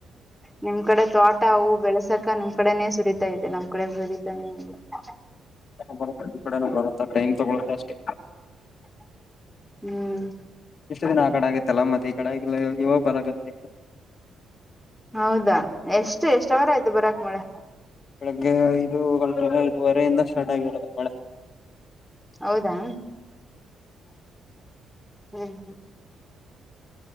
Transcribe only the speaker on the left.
ಬರುತ್ತೆ ಈ ಕಡೆ ಬರುತ್ತಾ ಟೈಮ್ ತಗೊಳ್ಕಕ್ಕೆ ಅಷ್ಟೆ
ಎಷ್ಟು ದಿನ ಆ ಕಡೆ ಆಗತ್ತಲ್ಲ ಮತ್ತೆ ಈ ಕಡೆಲ್ಲ ಇವಾಗ ಬರತ್ತ
ಬೆಳಗ್ಗೆ ಐದು ಗಟ ಐವರೆಮದ ಸ್ಟಾರ್ಟ್ ಆಗಿರತ್ತ ಮಳೆ